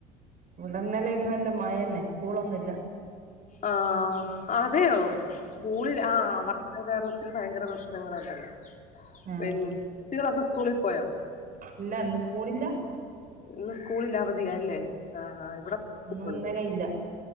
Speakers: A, on the right; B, on the left.
A: ഇവിടെന്നലെ ഇന്നും നല്ല മഴന്നെ സ്കൂളൊന്നുംല്ല.
B: ആഹ് ആതെയോ സ്കൂളിൽ ആഹ് വ അഹ് കേരളത്തിൽ ഭയങ്കര പ്രശ്നങ്ങളണ്ടല്ലോ
A: ആഹ്
B: പിൻ ട്ടികളൊക്കെ സ്കൂളിപോയോ
A: ഇല്ല ഇന്ന് സ്കൂളില്ല
B: ഇന്ന് സ്കൂളില്ലഅവധിയാല്ലേ ആഹ് ആഹ് ഇവിടെ ക്കെണ്ട്
A: ഇന്നും ഇന്നലെ ഇല്ല